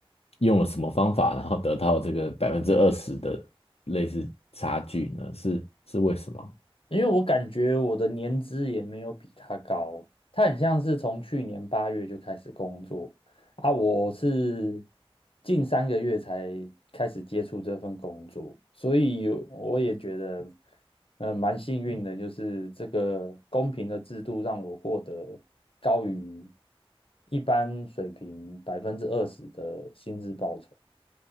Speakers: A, on the left; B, on the left.
A: 用了什么方法，然后得到这个百分之二十的类似差距呢？是是为什么？
B: 因为我感觉我的年资也没有比他高，他很像是从去年八月就开始工作啊，我是近三个月才开始接触这份工作，所以我也觉得，呃，蛮幸运的，就是这个公平的制度让我获得高于一般水平百分之二十的薪资报酬。